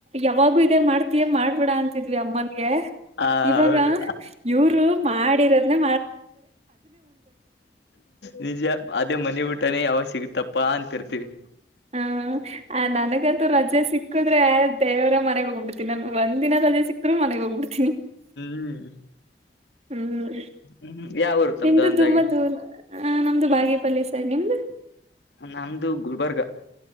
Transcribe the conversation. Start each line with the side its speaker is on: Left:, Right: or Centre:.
Right: ಯಾವಾಗೂ ಇದೇ ಮಾಡ್ತೀಯ ಮಾಡ್ಬೇಡ ಅಂತಾಇದ್ವಿ ಅಮ್ಮನ್ಗೆ
Left: ಹ
Right: ಇವಾಗ
Left: ಹೌದು
Right: ಇವ್ರು ಮಾಡಿರೋದನ್ನೇ
Left: ನಿಜ ೇ ಮನೆಿ ಊಟನೇ ಯಾವಾಗ ಸಿಗುತ್ತಪ್ಪಾ ಅಂತಿರ್ತಿೀವಿ
Right: ಹ್ಮ ನನಗೆ ರಜೆ ಸಿಕ್ಕಿದ್ರೆ ದೇವ್ರ ಮನೆಗ್ ಹೋಗ್ಬಿಡ್ತಿನಿ ನಾನನ್ ಒಂದ್ಿನ ರಜೆ ಸಿಕ್ಕಿದ್ರು ಮನೆಗ್ ಹೋಗ್ಬಿಡ್ತೀನಿ
Left: ಹ್ಮ್
Right: ಹೂಊ
Left: ಹ್ಮ್ ಯಾವರು ತಮ್ದು
Right: ನಿಮ್ದ್
Left: ಅಂದಾಗೆ
Right: ತುಂಬಾ ದೂರ ಅ ನಮ್ದು ಬಾಗೇಪಲ್ಲಿ ನಿಿಂದ
Left: ನಮ್ದು ಗುಲ್ಬರ್ಗ